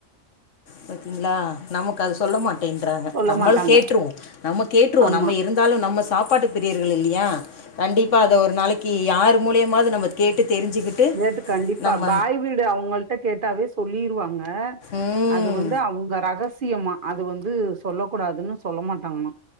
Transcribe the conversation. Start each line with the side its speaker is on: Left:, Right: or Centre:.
Left: பாத்திங்க்ளா நமக்கு அது சொல்ல மாட்டேன்றாங்க
Right: சொல்ல
Left: நம்மள்
Right: மாட்டாங்க
Left: கேட்ருவோ நமக் கேட்டுருவோ
Right: ஆமா
Left: நம்ம இருந்தாலு நம்ம சாப்பாட்டு பிரியர் இல்லியா கண்டிப்பா அத ஒரு நாளைக்கி யார் மூலியமாது நம்ம கேட்டு தெரிஞ்சுக்கிட்டு
Right: கேட்டு கண்டிப்பா
Left: நம்ம
Right: பாய் வீடு அவங்கள்ட்ட கேட்டாவே சொல்லிருவாங்க அ...
Left: ம்
Right: அது வந்து அவங்க ரகசியமா அது வந்து சொல்ல கூடாதுன்னு சொல்ல மாட்டாங்க